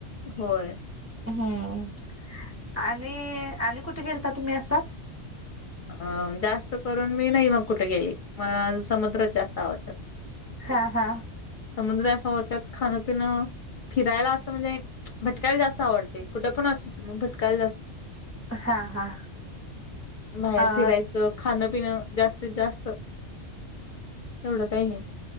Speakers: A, on the left; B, on the right.
A: होय
B: हम्म आणि आणि कुठे गेलता तुम्ही असा
A: अं जास्त करून मी नाही मग कुठे गेली मला समुद्रच जास्त आवडतात.
B: हा हा.
A: समुद्र समोरच्या त्यात खाणं पिणं फिरायला असं म्हणजे भटकायला जास्त आवडते कुठे पण असत मग भटकायला जास्त
B: हा हा.
A: बाहेर
B: अ
A: फिरायचं खाणं पिणं जास्तीत जास्त एवढं काही आहे.